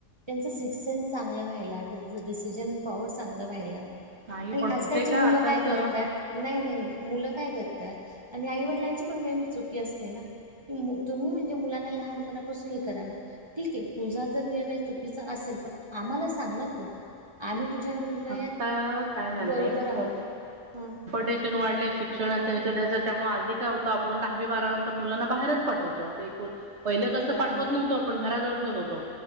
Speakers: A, on the right (about 20°); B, on the right (about 55°).
A: त्यांच सिक्स सेन्स चांगलं व्हायला, त्यांच डिसिजन पॉवर चांगला व्हायला.
B: नाही
A: आणि
B: पण
A: आजकालच्या
B: होते का
A: मुलं
B: आताच
A: काय करतात नाही नाही नाही मुलं काय करतात आणि आईवडिलांची पण मे बी चुकी असते ना की, तुम्ही म्हणजे मुलांना लहानपणापासून हे करा ना ठीक आहे तुझा जर निर्णय चुकीचा असेल पण आम्हाला सांग ना तू आम्ही तुझ्या निर्णयात
B: आत्ता काय झालय
A: बरोबर आहोत.
B: बग
A: ह
B: शिक्षण वाढले शिक्षण त्या त्यामुळे हल्ली काय होतं आपण दहावी बारा नंतर मुलांना बाहेरच पाठवतो. पहिलं कसं
A: हो
B: पाठवत
A: हो
B: नव्हतो. - पण घराजवळ ठेवत होतो,